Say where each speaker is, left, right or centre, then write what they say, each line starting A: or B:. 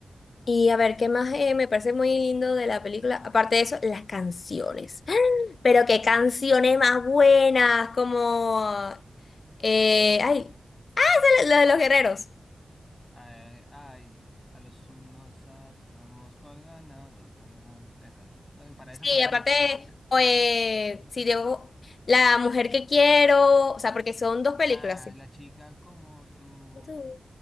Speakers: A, on the left (about 55°); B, on the left (about 20°).
A: Y a ver, ¿qué más eh, me parece muy lindo de la película? Aparte de eso, las canciones. <gasps> Pero qué canciones más buenas, como... eh, ay, la la de los guerreros.
B: Ay, ay, a los unos sonamos cual ganado. tan, tan, tan, tan. Esa. Eh, Para esa
A: Sí,
B: cuando están
A: aparte,
B: marchando.
A: eh, si debo, La mujer que quiero, o sea, porque son dos películas.
B: Ah,
A: Sí,
B: la chica como tú.
A: Tú.